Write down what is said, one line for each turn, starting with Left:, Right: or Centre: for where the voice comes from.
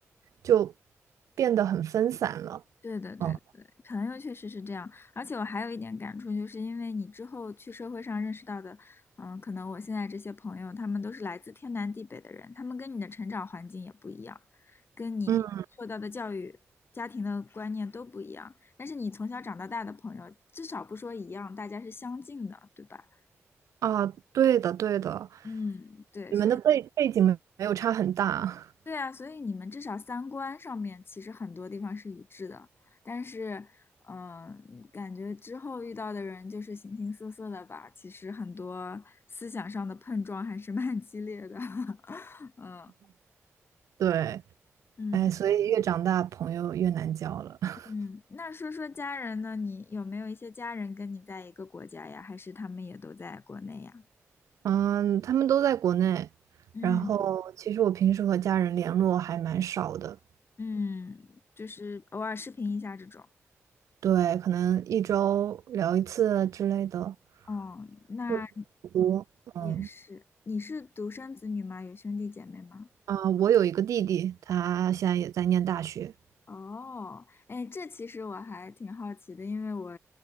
Right: 就变得很分散了。
Left: 对的对的对的朋友确实是这样，
Right: 嗯，
Left: 而且我还有一点感触，就是因为你之后去社会上认识到的，嗯，可能我现在这些朋友，他们都是来自天南地北的人，他们跟你的成长环境也不一样，跟你受到的教育、
Right: 嗯
Left: 家庭的观念都不一样，但是你从小长到大的朋友，至少不说一样，大家是相近的，对吧？
Right: 啊，对的对的，
Left: 嗯，对，
Right: 你们的背背景没有差很大，
Left: 所以。对啊，所以你们至少三观上面其实很多地方是一致的，但是，嗯、感觉之后遇到的人就是形形色色的吧，其实很多思想上的碰撞还是蛮激烈的，<laughs> 嗯
Right: <laughs> 对。
Left: 嗯
Right: 哎，所以越长大朋友越难交了。<laughs>
Left: 嗯。那说说家人呢？你有没有一些家人跟你在一个国家呀？还是他们也都在国内呀？
Right: 嗯，他们都在国内，
Left: 嗯
Right: 然后其实我平时和家人联络还蛮少的，
Left: 嗯，就是偶尔视频一下这种。
Right: 对，可能一周聊一次之类的，
Left: 哦，那
Right: 不多。嗯，
Left: 也是。你是独生子女吗？有兄弟姐妹吗？
Right: 啊，我有一个弟弟，他现在也在念大学。
Left: 哦，哎，这其实我还挺好奇的，因为我